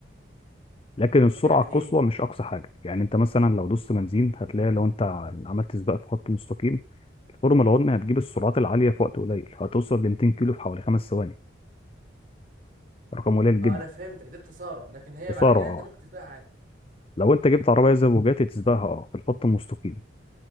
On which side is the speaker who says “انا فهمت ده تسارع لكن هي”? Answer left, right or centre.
Right